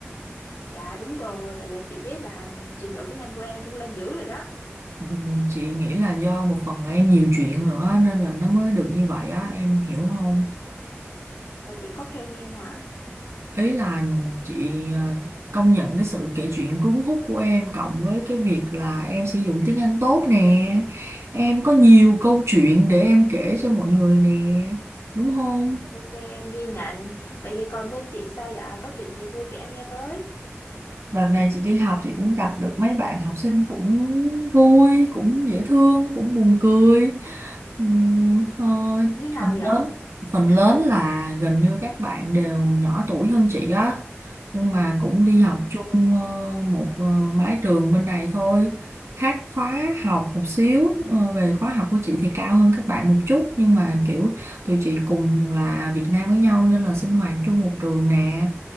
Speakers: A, on the left; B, on the right.
A: dạ đúng rồi tại là chị biết là ừ, trình độ tiếng Anh của em cũng lên dữ rồi đó
B: Ừ, Chị nghĩ là do một phần là em nhiều chuyện nữa nên là nó mới được như vậy á, em hiểu không?
A: là chị có khen em hả
B: ý là chị ờ, công nhận cái sự kể chuyện cuốn hút của em cộng với cái việc là em sử dụng tiếng Anh tốt nè em có nhiều
A: ừ.
B: câu chuyện để em kể cho mọi người nè đúng không
A: ok em ghi nhận vậy thì còn bên chị sao dạ có chuyện gì vui kể em nghe với
B: Đợt này chị đi học chị cũng gặp được mấy bạn học sinh cũng vui, cũng dễ thương, cũng buồn cười. Ừm, ờ,
A: như nào
B: phần
A: vậy
B: lớn phần lớn là gần như các bạn đều nhỏ tuổi hơn chị á. Nhưng mà cũng đi học
A: ừ.
B: chung ờ, một ờ, mái trường bên này thôi. Khác khóa học một xíu, ờ, về khóa học của chị thì cao hơn các bạn một chút nhưng mà kiểu tụi chị cùng là Việt Nam với nhau nên là sinh hoạt chung một trường nè